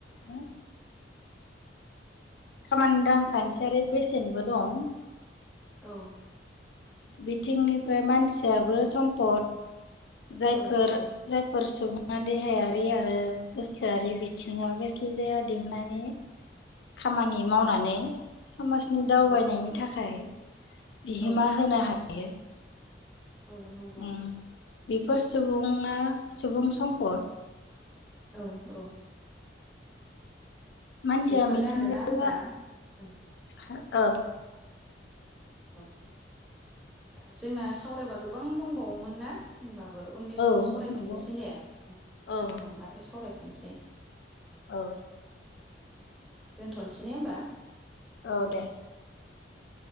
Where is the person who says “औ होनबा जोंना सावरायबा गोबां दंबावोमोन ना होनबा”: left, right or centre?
Centre